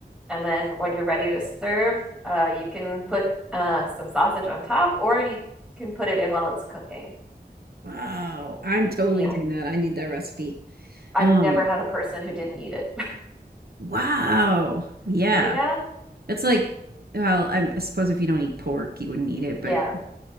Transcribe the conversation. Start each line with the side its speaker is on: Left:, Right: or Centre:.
Centre: and then when you're ready to serve, uh, you can put uh, some sausage on top, or you can put it in while it's cooking.
Right: Wow, I'm totally
Centre: Yeah,
Right: doing that. I need that recipe.
Centre: I've
Right: Um,
Centre: never had a person who didn't eat it. <laughs>
Right: wow. Yeah.
Centre: Yeah,
Right: That's like, well, I'm, I suppose if you don't eat pork, you wouldn't eat it,
Centre: yeah.
Right: but